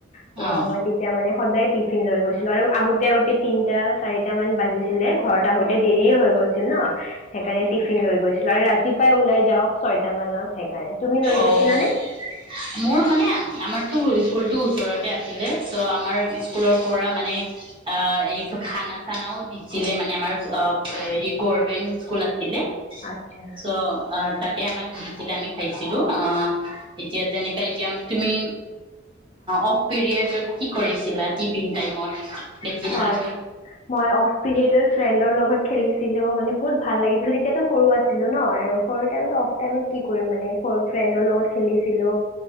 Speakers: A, on the left; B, on the right.
A: ত'
B: অ
A: মই তেতিয়া মানে সদায় টিফ ফিন লৈ গৈছিলো, আৰু আহোঁতে আহোঁতে তিনটা চাৰিটা মান বাজিছিলে, ঘৰত আহোঁতে দেৰিয়ে হৈ গৈছিল ন। সেইকাৰণে টিফিন লৈ গৈছিলো, আৰু ৰাতিপাই ওলাই যাওঁ, ছয়টা মানত সেইকাৰণে, তুমি লৈ গৈছিলানে?
B: অ অ মোৰ মানে আমাৰতো স্কুলতো ওচৰতে আছিলে, চ' আমাৰ স্কুলৰ পৰা মানে, আ, এই খানা চানাও দিছিলে মানে, আমাৰ আ, হেৰি গ'ভমেন্ট স্কুল আছিলে।
A: আচ্ছা।
B: চ', অ' তাত তে আমা দিছিলে, আমি খাইছিলো, আ' এতিয়া যেনেকা এতিয়া তুমি, অফ পিৰিয়ডত কি কৰিছিলা টিফিন টাইমত? বেছিভাগ
A: হয়, মই অফ পিৰীয়ডত ফ্ৰেন দৰ লগত খেলিছিলো, মানে বহুত ভাল লাগিছিল, তেতিয়াতো সৰু আছিলো ন, আৰু সৰু টাইমত অফ টাইমত কি কৰিম মানে, সৰু ফ্ৰেণ্ডৰ লগত খেলিছিলো,